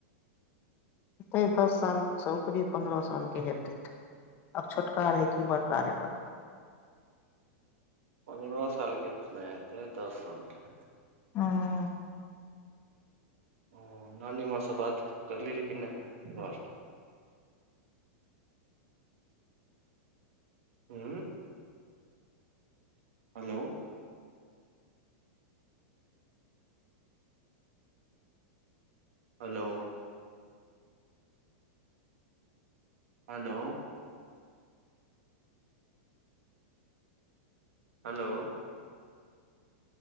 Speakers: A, on the left (about 30°); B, on the right (about 70°).
A: हेतै दस साल स उपरे, पन्द्रह साल के हेतै। आब छोटका रहै कि बड़का रहै पता नै।
B: पन्द्रह सालके छलै हेएत नै दस सालके।
A: हँ
B: ओ नानीमाँ सँ बात करली रहै कि नहि उं हेलो हेलो हेलो हेलो